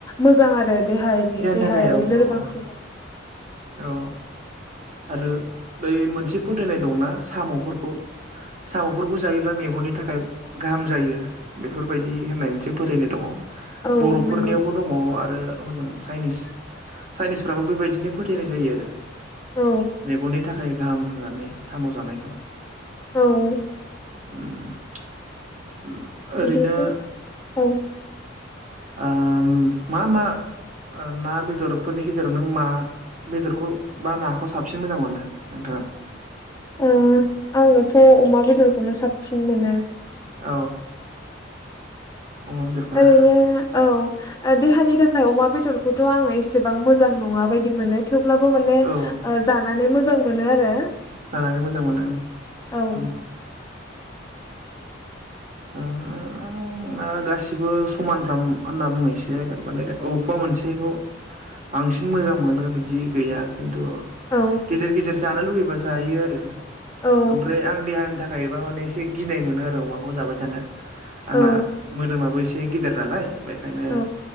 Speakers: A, on the left; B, on the right.
A: मोजां आरो देहानि देहायारि
B: थाखाय औ
A: लोरबां
B: औ
A: सुबुं
B: औ आरो बै मोनसे फोथायनाय दंना साम'फोरखौ साम'फोरखौ जायोबा मे गननि थाखाय गाहाम जायो बेफोरबायदि होननाय मोनसे फोथानाय दङ।
A: औ
B: बर'फोरनियावबो
A: नंगौ
B: दङ आ रो हजों चाइनिस चाइनिसफ्राबो बेबायदिनो फोथायनाय जायो आरो।
A: औ
B: मेगननि थाखाय गाहाम होननानै साम' जानायखौ
A: औ।
B: उम। ओरैनो
A: बिदिनो औ।
B: ओम मा मा? ओ ना बेदरफोरनि गेजेराव नों मा बेदरखौ बा नाखौ साबसिन मोजां मोनो नोंथाङा?
A: ओ आङोथ' अमा बेदरखौनो साबसिन मोनो।
B: औ। अमा बेदरखौना
A: ओरैनो औ ओ देहानि थाखाय अमा बेदर खौथ' आङो एसेबां मोजां नङा बायदि मोनो। थेवब्लाबो माने ओ
B: औ
A: जानानै मोजां मोनो आरो।
B: जानानै मोजां मोनो ओं
A: ओ
B: उम। ओ आंना गासिबो समानफ्राम होनना बुंनायसो जागोन माने अबेखौबा मोनसेखौ बांसिन मोजां मोनो बिदि गैया खिन्थु
A: औ
B: गेजेर गेजेर जानो लुुबैबा जायो आरो
A: औ
B: ओमफ्राय आं देहानि थाखायबा माने एसे गिनाय मोनो आरो अमा खौ जाबाय थानो।
A: औ
B: आंना मोदोमाबो इसे गिदिर नालाय। बेखायनो
A: औ